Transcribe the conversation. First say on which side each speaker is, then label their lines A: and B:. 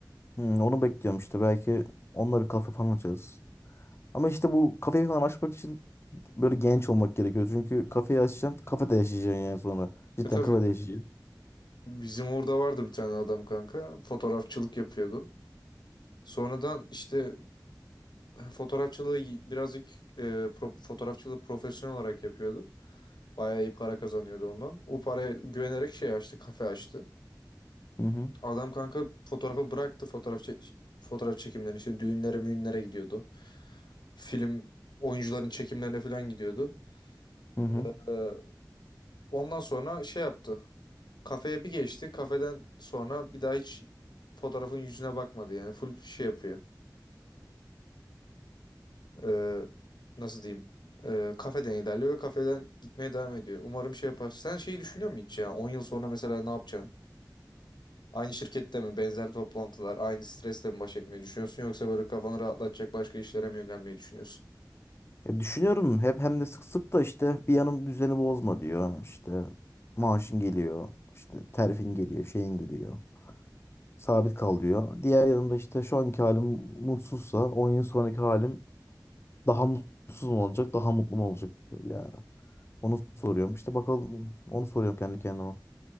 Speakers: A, on the left; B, on the left.
A: Hmm, onu bekliyorum işte. Belki onunla bir kafe falan açarız. Ama işte bu kafeyi falan açmak için böyle genç olmak gerekiyor. Çünkü kafeyi açacaksın, kafede yaşayacaksın yani sonra. Cidden
B: E tabii
A: kafede yaşayacaksın.
B: bizim orada vardı bir tane adam kanka. Fotoğrafçılık yapıyordu. Sonradan işte fotoğrafçılığı birazcık e, pro- fotoğrafçılığı profesyonel olarak yapıyordu. Bayağı iyi para kazanıyordu ondan. O paraya güvenerek şey açtı, kafe açtı.
A: Hı hı.
B: Adam kanka fotoğrafı bıraktı fotoğraf çek fotoğraf çekimlerini işte düğünlere müğünlere gidiyordu. Film oyuncuların çekimlerine falan gidiyordu.
A: Hı hı.
B: Ee, Ondan sonra şey yaptı. Kafeye bir geçti. Kafeden sonra bir daha hiç fotoğrafın yüzüne bakmadı. Yani full şey yapıyor. Ee, nasıl diyeyim? Ee, kafeden ilerliyor ve kafeden gitmeye devam ediyor. Umarım şey yapar. Sen şeyi düşünüyor musun hiç ya? on yıl sonra mesela ne yapacaksın? Aynı şirkette mi? Benzer toplantılar, aynı stresle mi baş etmeyi düşünüyorsun? Yoksa böyle kafanı rahatlatacak başka işlere mi yönelmeyi düşünüyorsun?
A: Ya düşünüyorum hep hem de sık sık da işte bir yanım düzeni bozma diyor. İşte maaşın geliyor, işte terfin geliyor, şeyin geliyor. Sabit kal diyor. Diğer yanımda işte şu anki halim mutsuzsa 10 yıl sonraki halim daha mutsuz mu olacak, daha mutlu mu olacak? Yani onu soruyorum. İşte bakalım onu soruyorum kendi kendime.